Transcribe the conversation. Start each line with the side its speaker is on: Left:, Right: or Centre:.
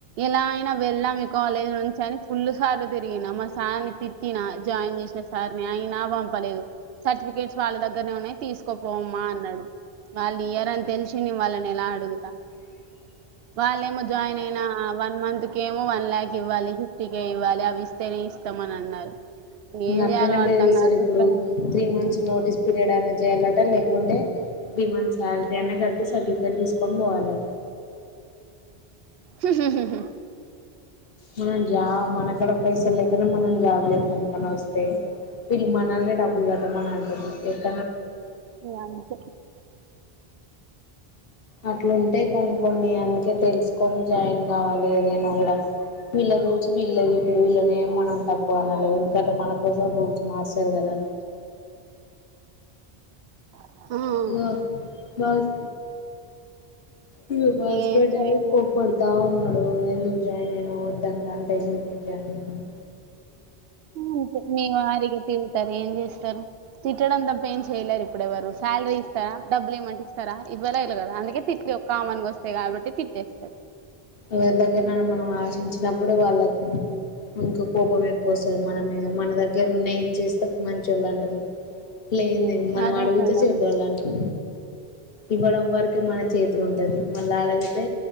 Right: ఎలా అయినా వెళ్ళాము కాలేజ్ నుంచి అని ఫుల్లు సార్లు తిరిగిన మా సార్ని తిట్టినా జాయిన్ చేసిన సార్ని అయినా పంపలేదు సర్టిఫికేట్ వాళ్ళ దగ్గరనే ఉన్నాయి తీసుకోపోమ్మా అన్నాడు వాళ్ళు ఇయ్యరని తెలిసి నేను వాళ్ళని ఎలా అడుగుతా
Left: అ
Right: వాళ్ళేమో జాయిన్ అయిన వన్ మంత్ కేమో వన్ ల్యాక్ ఇవ్వాలి టికే ఇవ్వాలి అవి ఇస్తాం ఇస్తమ అని అన్నారు
Left: ఇంగ
Right: ఏం
Left: అట్లనే
Right: చేయాలో
Left: బెదిరిస్తారు
Right: అర్ధం కాక
Left: ఇప్పుడు
Right: ఇక్కడ
Left: త్రీ మంత్స్ నోటీస్ పీరియడ్ అయినా చేయాలట లేకుంటే త్రీ మంత్ సాలరీ అయిన కట్టి సర్టిఫికెట్ తీసుకొని పోవాలి
Right: హు
Left: మనం జాబ్ మనకడ పైసా లేకనే మనం జాబ్ చేతామని వస్తే విడు మానల్నే డబ్బులు కట్టమని అంటుగతుల్లు ఎక్క
Right: అంతే
Left: అట్లుంటేయి కొన్ని కొన్ని అందుకే తెలుసుకొని జాయిన్ కావాలి ఏదైనా కూడా వీళ్ళ రూల్స్ వీళ్ళ ఇప్పుడు వీళ్ళనేమి మనం తప్పు అనలేవు ఎందుకంటే మనకు ఒక్కసం రూల్స్ మార్చారు కదా
Right: అంతే
Left: లో బస్ మి హస్బెడ్
Right: ఏం చేయలేం
Left: ఎమో కోప్పడతా ఉన్నాడు ఎందు జాయిన్ అయినవు వద్దంటా ఎందుకే జాయిన్ అయను
Right: ంతే మీ వరిగా తిరుతారు ఏం చేస్తారు తిట్టడంతా ఎయిన్ చేయలేరు ఇప్పుడుెవరు సాలరీ ఇస్తారాడబుల్ ఇమంటే ఇస్తా ఇవ్వ లేరు కదా అందుకే తి ఒ కమాన్గా వస్తాయి కాబట్టి తిట్టేస్తారు
Left: ఎవరి దగ్గరన్న మనం ఆశించినప్పుడే వాళ్ళకి ఇంకా కోపం ఎక్కువ వస్తుంది మన మీద మన దగ్గర ఉన్నాయి ఇచేస్తే మంచి వాళ్ళు అంటరు లే లే మనం
Right: అదే
Left: అడుగుతే
Right: కదా
Left: చెడ్ద్దవాళ్ళు అంటరు ఇవ్వడం వరకే మన చేతులు ఉంటది మళ్ళీ అదిగితే